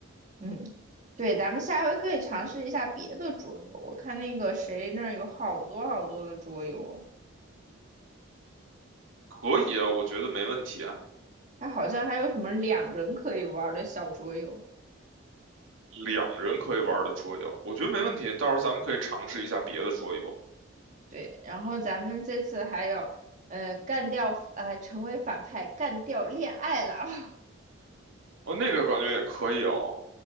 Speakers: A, on the right (about 35°); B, on the right (about 70°).
A: 嗯，对，咱们下回可以尝试一下别的桌游。我看那个谁那儿有好多好多的桌游，
B: 可以啊，我觉得没问题啊，
A: 还好像还有什么两人可以玩儿的小桌游。
B: 两人可以玩的桌游，我觉得没问题，到时候咱们可以尝试一下别的桌游，
A: 对，然后咱们这次还有，呃，干掉，呃，成为反派，干掉恋爱脑。
B: 哦，那个感觉也可以哦，